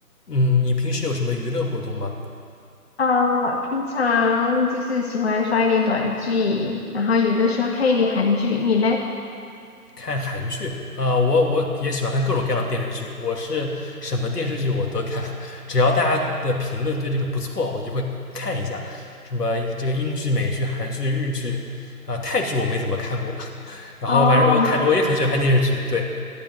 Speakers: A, on the left (about 80°); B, on the left (about 40°).
A: 嗯，你平时有什么娱乐活动吗？
B: 啊，平常就是喜欢刷一点短剧，然后有的时候看一点韩剧。你嘞？
A: 看韩剧啊，我我也喜欢看各种各样的电视剧，我是什么电视剧我都看，只要大家的评论对这个不错，我就会看一下。什么这个英剧、美剧、韩剧、日剧啊、泰剧我没怎么看过，<laughs> 然后反正我看我也很喜欢看电视剧，
B: 哦，
A: 对，